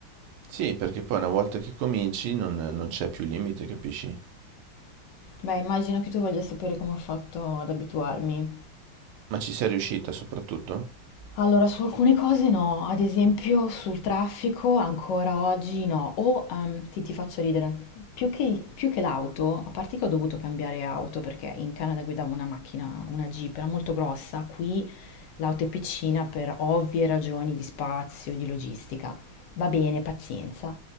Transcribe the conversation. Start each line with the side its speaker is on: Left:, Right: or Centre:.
Right: Sì, perché poi una volta che cominci non, non c'è più limite, capisci?
Left: Beh, immagino che tu voglia sapere come ho fatto ad abituarmi.
Right: Ma ci sei riuscita soprattutto?
Left: Allora, su alcune cose no, ad esempio sul traffico ancora oggi no, o ehm, ti, ti faccio ridere, più che, il- più che l'auto, a parte che ho dovuto cambiare auto perché in Canada guidavo una macchina, una Jeep, era molto grossa, qui l'auto è piccina per ovvie ragioni di spazio, di logistica, va bene, pazienza,